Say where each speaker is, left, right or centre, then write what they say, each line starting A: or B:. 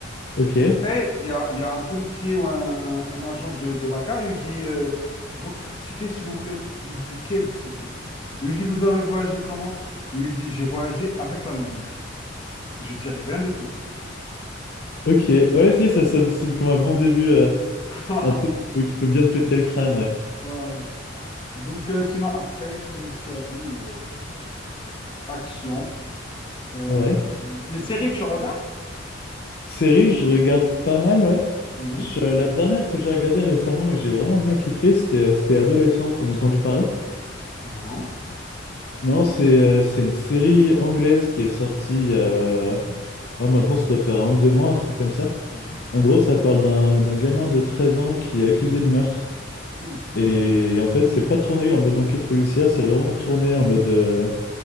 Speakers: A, on the left (about 55°); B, on the left (about 25°).
A: Ok.
B: Après, il y a, il y a un policier ou un, un agent de, de la gare, il lui dit euh, Votre ticket, s'il vous plaît. Il lui dit Quel ticket? Il lui dit Vous avez voyagé comment? Il lui dit J'ai voyagé avec la lumière. Je dirais rien de plus.
A: Ok. Ouais, si, ça sonne, ça sonne comme un bon début, euh,
B: <laughs> Voilà.
A: un truc qui peut qui peut bien te péter le crâne, ouais.
B: Voilà. Donc, euh, sinon, après, comme tu as dit, euh, action. Euh,
A: Ouais.
B: les séries, tu regardes?
A: Série, je regarde pas mal, ouais.
B: Mhm.
A: Je- la dernière que j'ai regardée récemment et que j'ai vraiment bien kiffé, c'était euh, c'était Adolescence, t'en as entendu parler?
B: Non.
A: Non, c'est euh, c'est une série anglaise qui est sortie. euh,
B: Mhm.
A: ah, maintenant, ça doit faire un ou deux mois, un truc comme ça.
B: Mhm.
A: En gros, ça parle d'un d'un gamin de 13 ans qui est accusé de meurtre.
B: Ouh.
A: Et en fait, c'est pas tourné en mode enquête policière, c'est vraiment tourné en mode. euh,